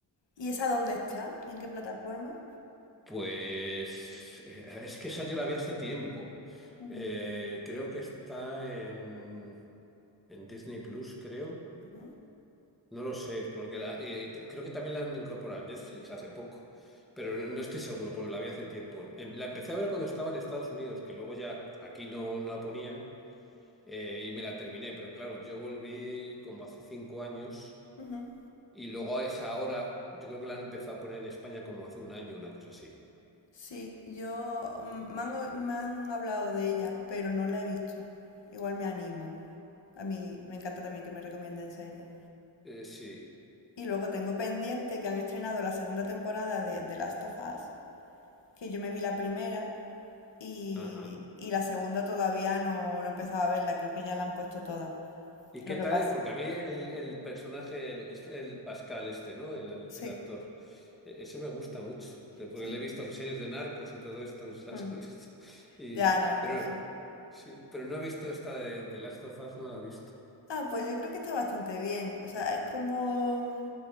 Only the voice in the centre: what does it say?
Pues eh, es que esa yo la vi hace tiempo.
Eh, creo que está en, en Disney Plus, creo.
No lo sé, porque la- y- y te- creo que también la han incorporado en Netflix hace poco, pero no no estoy seguro porque la vi hace tiempo. Em, La empecé a ver cuando estaba en Estados Unidos, que luego ya aquí no, no la ponían eh, y me la terminé, pero claro, yo volví como hace cinco años
y luego a esa hora yo creo que la han empezado a poner en España como hace un año, una cosa así.
Eh, sí,
ajá.
¿Y
qué
tal
es? Porque a mí el, el personaje, el, este- el Pascal este, ¿no? El, el-
el actor, e- ese me gusta mucho, de- porque
le he visto en series de narcos y todo esto, <laughs> no sé si
las he visto. Y,
pero,
sí, pero no he visto esta de, de Last of Us, no la he visto.